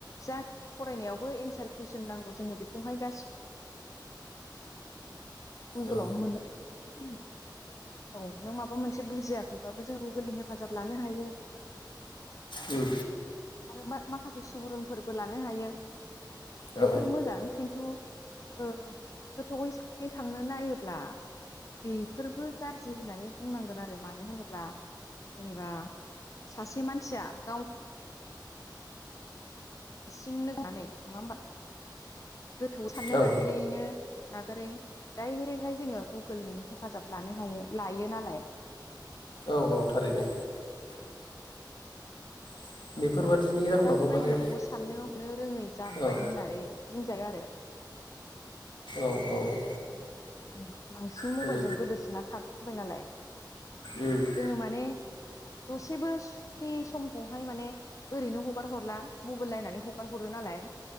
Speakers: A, on the left; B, on the left.
A: जा फरायनायावबो एन्सार कुइसन नांगौ जोङो बेखौहाय गासि गुगोलावनो
B: औ
A: मोनो औ नों माबा मेबा मोन बुजियाखैबाबो जों गुगोलनि हेफाजाब लानो हायो।
B: उम
A: आरो माखासे सुबुरुनफोरबो लानो हायो।
B: औ
A: बेफोरो मोजां खिन्थु ओ गोथौै सानै थांनो नायोब्ला बेफोरबो गाज्रि होननानै बुंनांगोन आरो मानो होनोब्ला जेनेबा सासे मानसिया गाव हारसिं नोंनानै नङा होबा गोथौवै साननो
B: औ
A: नागिरहैनो नागारै डाइरेक्टहाय जोंङो गुगोलनि हेफाजाब लानो हायो लायो नालाय
B: औ - औ थारैनो <unintelligible> जाहोनावबो
A: दा बेबायदिखौबो
B: माने
A: साननो हनो रोङै जांबाय
B: औ
A: होननानै बुंजायो आरो
B: औ - औ
A: ओ बांसिन मबाइलजों
B: माने
A: गोदोसोना थाग जाबाय नालाय
B: उम
A: जोंङो माने दसेबो फ्रि समखौहाय माने ओरैनो हगार हरला मबाइल नायनानै हगार हरो नालाय